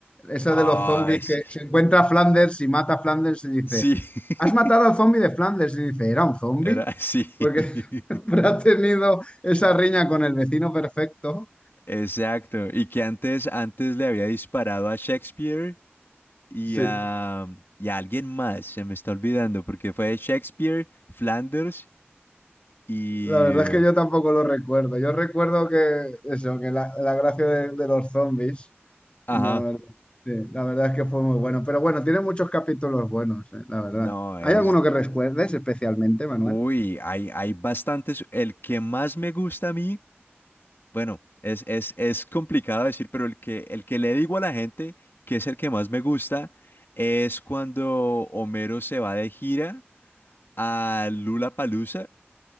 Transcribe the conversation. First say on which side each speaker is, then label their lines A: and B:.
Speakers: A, on the left; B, on the left.
A: esa
B: Ay,
A: de los zombies
B: sí.
A: que se encuentra a Flanders y mata a Flanders y dice,
B: Sí. <laughs>
A: ¿has matado al zombie de Flanders? Y dice, ¿era un zombie?
B: Era, sí. <laughs>
A: Porque <laughs> siempre ha tenido esa riña con el vecino perfecto.
B: Exacto. Y que antes, antes le había disparado a Shakespeare y
A: Sí,
B: a, y a alguien más, se me está olvidando, porque fue Shakespeare, Flanders y...
A: la verdad es que yo tampoco lo recuerdo. Yo recuerdo que eso, que la, la gracia de, de los zombies.
B: Ajá,
A: La verdad, sí, la verdad es que fue muy bueno. Pero bueno, tiene muchos capítulos buenos, eh, la verdad.
B: no, es...
A: ¿Hay alguno que recuerdes especialmente, Manuel?
B: Uy, hay, hay bastantes. El que más me gusta a mí, bueno, es, es, es complicado decir, pero el que, el que le digo a la gente que es el que más me gusta es cuando Homero se va de gira a Lula Palusa